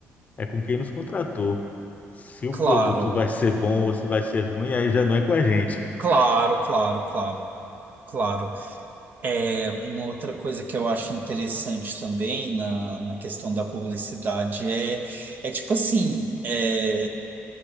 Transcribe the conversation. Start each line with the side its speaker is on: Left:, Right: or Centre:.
Left: é com quem nos contratou. Se o
Right: claro,
Left: produto vai ser bom ou se vai ser ruim, aí já não é com a gente.
Right: claro, claro, claro, claro. É, Uma outra coisa que eu acho interessante também na, na questão da publicidade é, é tipo assim, é,